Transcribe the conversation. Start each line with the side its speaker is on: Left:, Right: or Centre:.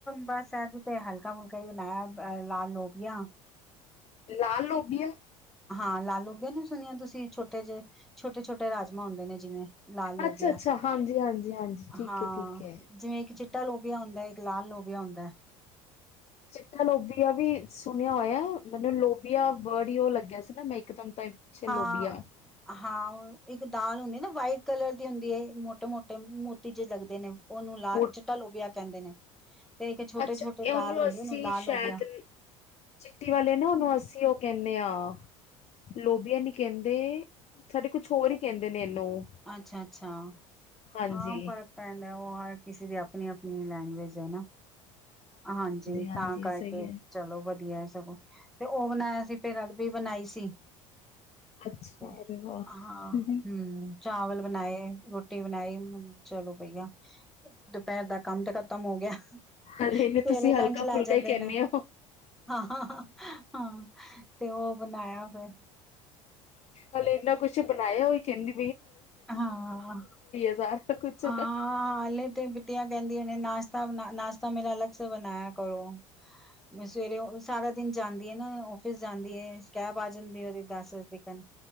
Centre: ਬਸ ਅਜ ਤੇ ਹਲਕਾ ਹੁਲਕਾ ਹੀ ਬਣਾਇਆ ਅ ਲਾਲ ਲੋਬ ਯਾ
Left: ਲਾਲ ਲੋਬਿਆ
Centre: ਹਾਂ ਲਾਲ ਲੋਬੀਆ ਨੀ ਸੁਣੀਆਂ ਤੁਸੀਂ ਛੋਟੇ ਜਿਹੇ ਛੋਟੇ ਛੋਟੇ ਰਾਜਮਾਂ ਹੁੰਦੇ ਨੇ ਜਿਵੇਂ ਲਾਲ ਲੋਬੀਆ
Left: ਅੱਛਾ-ਅੱਛਾ-ਹਾਂਜੀ-ਹਾਂਜੀ-ਹਾਂਜੀ ਠੀਕ
Centre: ਹਾਂ
Left: ਹੈ ਠੀਕ ਹੈ
Centre: ਜਿਵੇਂ ਇੱਕ ਚਿੱਟਾ ਲੋਭਿਆ ਹੁੰਦਾ ਇੱਕ ਲਾਲ ਲੋਬਿਆ ਹੁੰਦਾ ਹੈ
Left: ਚਿੱਟਾ ਲੋਬੀਆ ਵੀ ਸੁਣਿਆ ਹੋਇਆ ਮੈਨੂੰ ਲੋਬੀਆ ਵਰਡ ਹੀ ਉਹ ਲੱਗਿਆ ਸੀ ਨਾ ਮੈਂ ਇੱਕਦਮ ਤਾਂ ਪਿੱਛੇ
Centre: ਹਾਂ
Left: ਲੋਬੀਆ ਹੈ
Centre: ਹਾਂ ਇੱਕ ਦਾਲ ਹੁੰਦੀ ਨਾ ਵਾਈਟ ਕਲਰ ਦੀ ਹੁੰਦੀ ਹੈ ਮੋਟੇ ਮੋਟੇ ਮੋਤੀ ਜਿਹੇ ਲੱਗਦੇ ਨੇ ਉਹਨੂੰ ਲ
Left: ਉਹ
Centre: ਚਿੱਟਾ ਲੋਭਿਆ ਕਹਿੰਦੇ ਨੇ ਤੇ ਇੱਕ ਛੋਟੇ
Left: ਅੱਛਾ
Centre: ਛੋਟੇ ਦਾਲ
Left: ਉਹਨੂੰ
Centre: ਹੁੰਦੀ
Left: ਅੱਸੀ
Centre: ਲਾਲ
Left: ਸ਼ਾਇਦ
Centre: ਲੋਬੀਆ
Left: ਚਿੱਟੀ ਵਾਲੇ ਨਾ ਉਹਨੂੰ ਅੱਸੀ ਅਸੀ ਉਹ ਕਹਿੰਦੇ ਹਾਂ ਲੋਬੀਆ ਨੀ ਕਹਿੰਦੇ ਸਾਡੇ ਕੁਛ ਹੋਰ ਹੀ ਕਹਿੰਦੇ ਨੇ ਇਹਨੂੰ
Centre: ਅੱਛਾ ਅੱਛਾ
Left: ਹਾਂਜੀ
Centre: ਹਾਂ ਫ਼ਰਕ ਪੈਂਦਾ ਉਹ ਹਰ ਕਿਸੇ ਦੀ ਆਪਣੀ ਆਪਣੀ ਲੈਂਗੁਏਜ ਹੈ ਨਾ ਹਾਂਜੀ
Left: ਹਾਂਜੀ
Centre: ਤਾਂ ਕਰਕੇ
Left: ਸਹੀ ਹੈ
Centre: ਚਲੋ ਵਧੀਆ ਸਗੋਂ ਤੇ ਉਹ ਬਣਾਇਆ ਸੀ ਫਿਰ ਅ ਵੀ ਬਣਾਈ ਸੀ।
Left: ਅੱਛਾ
Centre: ਹਾਂ
Left: ਅਰੇ ਵਾਹ
Centre: ਹੂੰ ਚਾਵਲ ਬਣਾਏ ਰੋਟੀ ਬਣਾਈ ਹੁ ਚਲੋ ਪਈਆ ਦੁਪਹਿਰ ਦਾ ਕੰਮ ਤੇ ਖਤਮ ਹੋ ਗਿਆ।
Left: ਹਲੇ
Centre: ਸਵੇਰੇ
Left: ਨੇ ਤੁਸੀਂ
Centre: ਲੰਚ
Left: ਹਲਕਾ
Centre: ਲੈ
Left: ਫੁਲਕਾ
Centre: ਜਾਂਦੇ
Left: ਹੀ ਕਹਿੰਦੇ
Centre: ਨਾ ਹਾਂ ਹਾਂ ਤੇ ਓ ਬਣਾਇਆ ਫੇਰ
Left: ਹਲੇੇ ਇੰਨਾ ਕੁੱਛ ਬਣਾਇਆ ਓਈ ਕੈਂਦੀ
Centre: ਹਾਂ
Left: ਸਾਰਾ ਕੁਛ।
Centre: ਹਾਂ ਹਲੇੇ ਤੇ ਬੀਟਿਆ ਕਹਿੰਦੀ ਆ ਨਾਸ਼ਤਾ ਬਨਾ ਨਾਸ ਤਾਂ ਮੇਰਾ ਅਲਗ ਸੇ ਬਣਾਇਆ ਕਰੋ। ਮੈਂ ਸਵੇਰੇ ਸਾਰਾ ਦਿਨ ਜਾਂਦੀ ਆ ਨਾ ਓਫਿਸ ਜਾਂਦੀ ਏ ਕੈਬ ਆ ਜਾਂਦੀ ਓਦੀ ਦਸ ਵਜ <unintelligible> ਠੀਕ ਹ